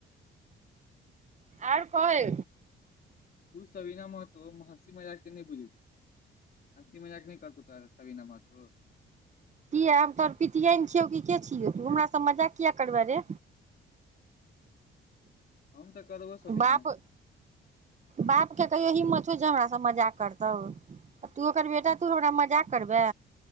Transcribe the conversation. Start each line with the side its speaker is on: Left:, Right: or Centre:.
Right: आओर कहे
Left: सवीना महतो हँसी मजाक के नहि बुझै हँसी मजाक नहि करतौ तो सवीना महतो
Right: कि हम तोर पतििय ने छियौ। कि के छियौ। तू हमर सभ मजा कििया करबह रे
Left: हम तऽ करबो सबीना
Right: बाप बाप के कहियो हिम्मत हमरा सब मजाक करतौ तू ओकर बेटा तू हमरा मजा करबे